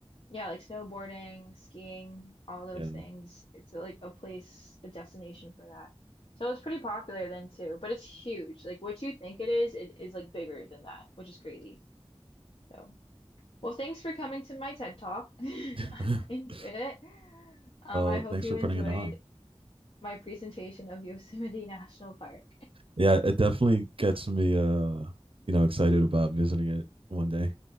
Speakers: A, on the left (about 60°); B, on the right (about 60°).
A: yeah, like snowboarding, skiing, all those
B: Yeah.
A: things. It's like a place, a destination for that. So it was pretty popular then too, but it's huge. Like what you think it is, it is like bigger than that, which is crazy. So. Well, thanks for coming to my TED Talk. <laughs> I
B: <laughs>
A: enjoyed it. Um,
B: well,
A: I hope
B: thanks
A: you
B: for putting
A: enjoyed
B: it on.
A: my presentation of Yosemite <laughs> National Park.
B: Yeah, it definitely gets me, uh, you know, excited about visiting it one day,